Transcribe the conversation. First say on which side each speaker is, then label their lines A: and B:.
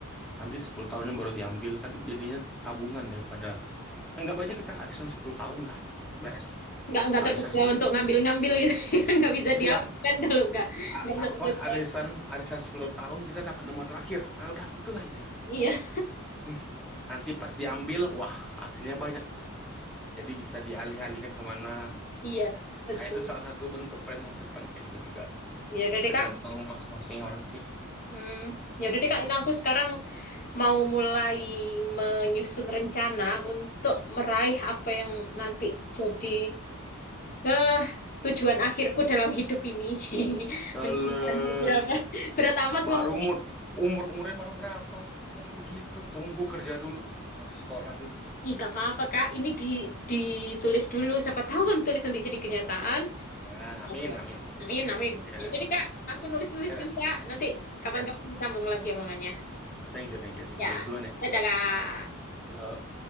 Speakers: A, in the centre; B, on the left.
A: nanti 10 tahunnya baru diambil kan jadinya tabungan daripada anggap aja kita arisan 10 tahun dah beres
B: Nggak, nggak
A: arisan
B: terkerja untuk ngambil-ngambil gitu. <laughs> Nggak bisa diapakan
A: ya
B: kalau nggak,
A: a-
B: nggak sampai
A: apa
B: ke tahun.
A: arisan arisan sepuluh tahun kita dapat nomor terakhir nah udah itulah intinya
B: Iya,
A: Hmm. nanti pas diambil wah hasilnya banyak tuh jadi bisa dialih-alihkan kemana
B: iya, betul.
A: nah itu salah satu bentuk planning masa depan kayak itu juga
B: Ya udah deh,
A: tergantung
B: Kak.
A: masing-masing orang sih
B: Hmm, ya udah deh Kak, ini aku sekarang mau mulai menyusun rencana untuk meraih apa yang nanti jadi eh, tujuan akhirku dalam hidup ini. <laughs>
A: Kalau
B: Mendirikan beberapa berat amat ngomongnya.
A: Baru umur umur umurnya baru berapa ngomongnya begitu? Tunggu kerja dulu, masih sekolah sih.
B: Ih, gak apa-apa Kak, ini di, ditulis dulu. Siapa tahu kan tulis nanti jadi kenyataan.
A: Ya, amin,
B: Iya.
A: amin, amin.
B: Amin, amin.
A: Ya,
B: Ya
A: deh,
B: jadi Kak, aku nulis-nulis
A: ya, deh.
B: dulu Kak. Nanti kapan-kapan
A: ya.
B: disambung lagi omongannya.
A: Thank you, thank you, thank
B: Ya,
A: you. Ya duluan ya.
B: dadah Kak.
A: Yo.